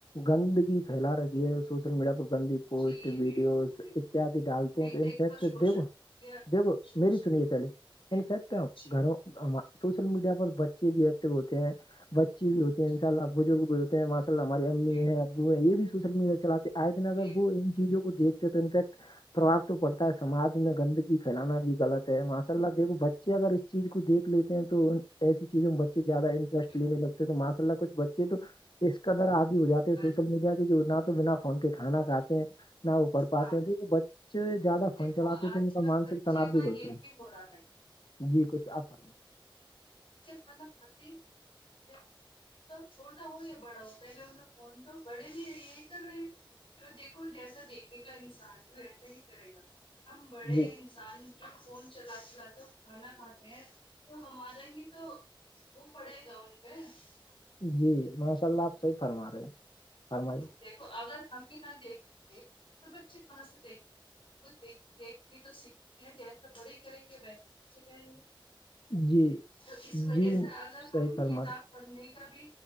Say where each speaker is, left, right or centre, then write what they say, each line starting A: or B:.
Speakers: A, on the left (about 60°); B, on the left (about 75°).
A: گندگی <unintelligible> پھیلا رکھی ہے سوشل میڈیا پر گندی پوسٹ
B: جی
A: ویڈیوز
B: بالکل بالکل
A: <unintelligible> اتد ڈالتے
B: نہیں
A: ہیں تو
B: دیکھو
A: انفیکٹ
B: سوشل
A: دھو
B: میڈیا
A: دھو
B: سوشل
A: میری سنیے پہلے
B: میڈیا
A: ان فیکٹ
B: اچھی ہے
A: گھروں <unintelligible> سوشل میڈیا پر بچے بھی ایکٹو ہوتے ہیں بچے بھی ہوتے ہیں
B: جی
A: ان شاء اللہ بزرگ بھی <unintelligible> ماشا اللہ ہماری امی
B: بالکل
A: ہیں ابو ہیں یہ بھی سوشل میڈیا چلے آئے دن اگر
B: بالکل
A: وہ ان چیزوں کو دیکتے تو انفیکٹ <unintelligible> پربا تو پڑتا ہے سمج میں گندگی پھیلانا بھی غلط ہے ماشاء اللہ دیکھو بچے اگر چیز کو دیکھ لیتے ہیں تو <unintelligible> ایسی چیزوں میں بچے زیادہ انٹرسٹ
B: بالکل
A: لینے لگتے ہیں تو ماشاء اللہ کچھ بچے تو اس کا در <unintelligible> ہو جاتے ہیں
B: ہاں
A: سوشل
B: جی،
A: میڈیا کی نہ تو بنا فون کے کھانا کاتے ہیں نہ وہ پھ پاتے
B: ہاں
A: <unintelligible> کیونکہ وہ بچے زیادہ
B: دیکھو
A: فون چلاتے ہیں
B: آج
A: تو ان کا
B: کل
A: مانسک
B: بچے
A: تناؤ بھی
B: کا
A: بڑھتا
B: یہی
A: ہے
B: ہو رہا ہے
A: <unintelligible> جی کچھ آ پر <unintelligible>
B: اھ کھانا کھاتے ہیں <unintelligible> توب چھوٹا ہو یا بڑا ہو پہلے انہگ فون تو بڑے بھی رہ یہی کر رہے ہیں <unintelligible> تو دیکھو جیسا دیکھے گا انسان تو ویسا ہی کرے گا ہم بڑے
A: جی
B: <unintelligible> انسان جب فون چلا چلا کر کھانا کھاتے ہیں تو ہمارا ہی تو <unintelligible> پو پڑے گا انن پ <unintelligible>
A: جی ماشاء اللہ آپ صحیح فرما رہے ہو فرمائی <unintelligible>
B: دیکھو اگر ہم ہی نہ دیکھیں گے تو بچے کہاں سے دیکھیں گے <unintelligible> وہ دیکھ دیکھ کے تو سیکھتے ہیں جیسا بڑے کریں گے ویسا اچھے کریں گے <unintelligible>
A: جی
B: تو اس وجہ
A: جی
B: سے اگر
A: صحیح
B: ہم
A: فرما
B: کتاب پڑھنے کا بھی